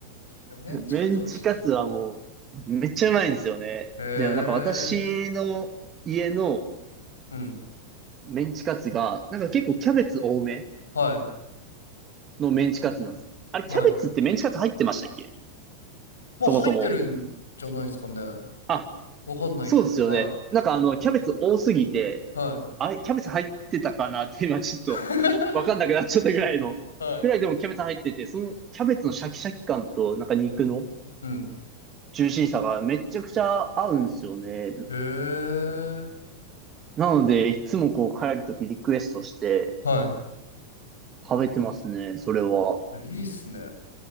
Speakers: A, on the left; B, on the right.
A: いやメンチカツ美味しいですね。
B: メンチカツはもう、めっちゃうまいんですよね。
A: へえ。
B: で、なんか私の家の
A: うん。
B: メンチカツが、なんか結構キャベツ多め
A: はい、
B: のメンチカツなんですよ。あれ、
A: はい。
B: キャベツってメンチカツ入ってましたっけ
A: もう入ってるんじゃないですかね。
B: そもそも。あ、
A: わかんないけど。
B: そうですよね。
A: は
B: なんかあの、キャベツ多すぎて、
A: い、はい。
B: あれ、キャベツ入ってたかなって今ちょっとわかんなくなっちゃったぐらいの、
A: <laughs> はい。
B: ぐらいでもキャベツ入ってて、そのキャベツのシャキシャキ感となんか肉の
A: うん。
B: ジューシーさがめちゃくちゃ合うんですよね。
A: へえ。
B: なので、いつもこう帰るときリクエストして
A: はい。
B: 食べてますね、それは。
A: えいいっすね。